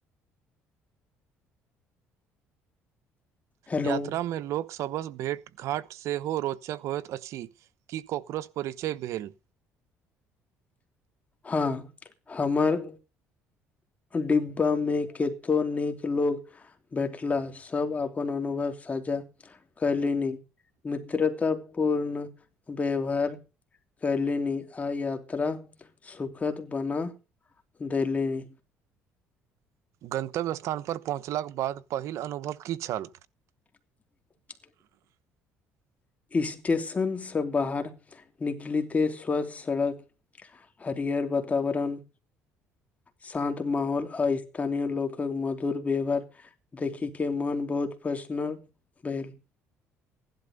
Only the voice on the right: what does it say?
यात्रा में लोक सबस भेट घाँट सेहो रोचक होइत अछि कि कॉकरोर्च परिचय भेल
गन्तव्य स्थानपर पहुँचलाक बाद पहिल अनुभव की छल